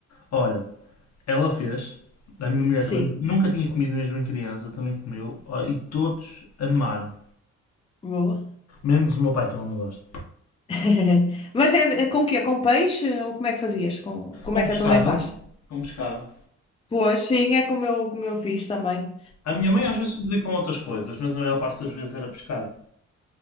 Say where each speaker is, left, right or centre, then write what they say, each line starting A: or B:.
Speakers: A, on the left; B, on the left.
A: Olha, Ela fez. A minha mulher
B: sim.
A: também nunca tinha comido mesmo em criança, também comeu. ó, E todos amaram.
B: Boa.
A: Menos o meu pai, que ele não gosta.
B: <laughs> Mas é, é com quê? Com peixe? Ou como é que fazias? Com, como
A: Com
B: é que
A: pescada.
B: a tua mãe faz?
A: Com pescada.
B: Pois, sim, é como eu, como eu fiz também.
A: A minha mãe às vezes fazia com outras coisas, mas a maior parte das vezes era pescada.